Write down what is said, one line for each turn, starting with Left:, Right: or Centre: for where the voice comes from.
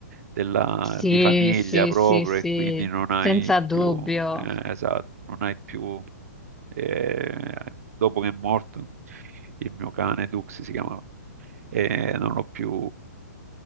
Right: della,
Centre: Sì,
Right: di famiglia
Centre: sì,
Right: proprio
Centre: sì, sì,
Right: e quindi non hai
Centre: senza dubbio.
Right: più, eh, esatto, non hai più, eh, dopo che è morto il mio cane Dux si chiamava, eh, non l'ho più